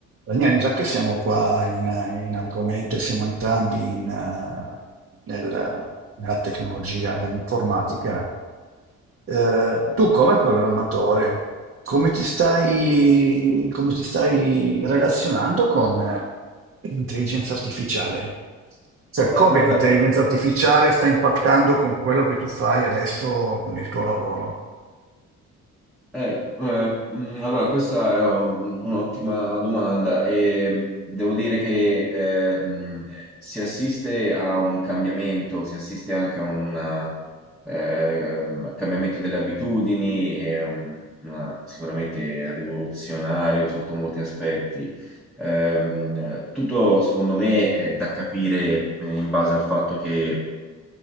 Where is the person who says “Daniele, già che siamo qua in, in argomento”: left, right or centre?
Right